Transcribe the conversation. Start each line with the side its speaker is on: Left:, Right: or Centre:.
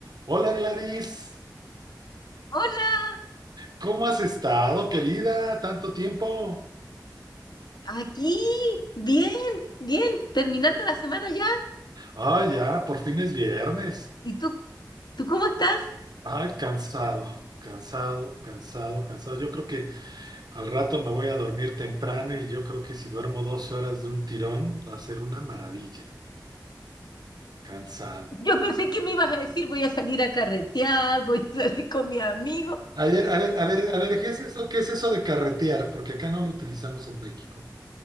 Right: Hola Gladys,
Left: Hola,
Right: ¿cómo has estado, querida? Tanto tiempo.
Left: aquí, bien, bien, terminando la semana ya.
Right: Ah, ya, por fin es viernes.
Left: ¿Y tú, tú cómo estás?
Right: Ay, cansado, cansado, cansado, cansado. Yo creo que al rato me voy a dormir temprano y yo creo que si duermo 12 horas de un tirón va a ser una maravilla. Cansado.
Left: Yo pensé que me ibas a decir voy a salir a carretear, voy a salir con mi amigo.
Right: A ver, a ver, a ver, a ver, ¿qué es eso? ¿Qué es eso de carretear? Porque acá no lo utilizamos en México.